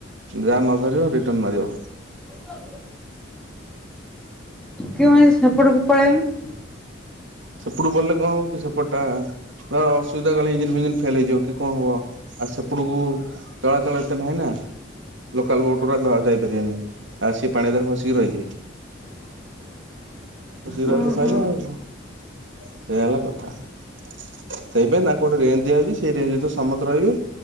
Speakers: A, on the right; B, in the centre.
A: ଯାହା ନ ଧରିବ ରିଟର୍ଣ ମାରିବ।
B: ହ। କିଉଇ ସେପଟକୁ ପଳାଇମି
A: ସେପଟୁ ପଲେ କଣ ହବ କି ସେପଟ ଟା ବା ଅସୁବିଧା କାଳେ ଇଞ୍ଜିିନ ଫିଞ୍ଜିନ ଫେଲ ହେଇଯିବ କି କଣ ହବ। ଆଉ ସେପଟକୁ ଚଳା ଚଳ ଏତେ ନୁହେଁ ନା। ଲୋକାଲ ବୋଟା ଧ ଯାଇପାରିବେନି ଆଉ ସିଏ ପାଣି ଦରେ ଫସିକି ରହିଛି।
B: <inaudible>
A: ଫସିକି
B: ଓହୋ
A: ରହିଲେ ସରିଲା ଆଉ। ସେଇୟା ହେଲା କଥା ସେଇପାଇଁ ତାଙ୍କୁ ଗୋଟେ ରେଞ୍ଜ ଦିଆଯାଉଛି ସେଇ ରେଞ୍ଜ ଭିତରେ ସମସ୍ତ ରହିବେ।